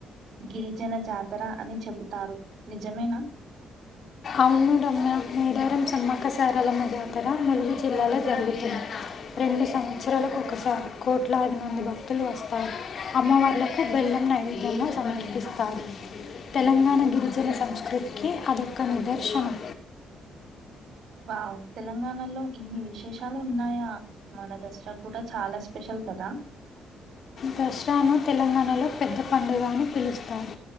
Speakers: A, on the right (about 65°); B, on the left (about 55°).
A: గిరిజన జాతర అని చెబుతారు నిజమేనా
B: ఔనుడమ్యా మేడారం సమ్మక్కసారాలమ్మ జాతర ములుగు జిల్లాలో జరుగుతున్నాయ్. రెండు సంవస్సరాలకు ఒకసారి కోట్లాది మంది భక్తులు వస్తారు, అమ్మవార్లకు బెల్ నైవేద్యంగా సమర్పిస్తారు, తెలంగాణ గిరిజన సంస్కృతికి అదొక్ ఒక్క నిదర్శనం.
A: వావ్ తెలంగాణలో ఇన్ని విశేషాలు ఉన్నాయా? మన దసరా కూడా చాలా స్పెషల్ కదా
B: దస్రాను తెలంగాణలో పెద్ద పండుగ అని పిలుస్తారు,